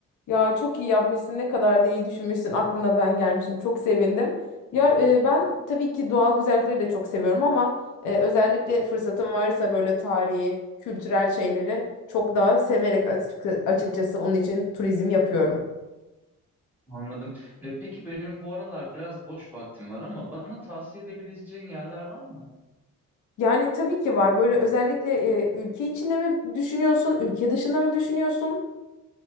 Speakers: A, on the left; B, in the centre.
A: Ya çok iyi yapmışsın, ne kadar da iyi düşünmüşsün. Aklına ben gelmişim. Çok sevindim. Ya e, ben tabii ki doğal güzellikleri de çok seviyorum ama e, özellikle fırsatım varsa böyle tarihi, kültürel şeyleri çok daha severek açık- açıkçası onun için turizm yapıyorum.
B: Anladım. E, peki benim bu aralar biraz boş vaktim var ama bana tavsiye edebileceğin yerler var mı?
A: Yani tabii ki var. Böyle özellikle e, ülke içinde mi düşünüyorsun, ülke dışında mı düşünüyorsun?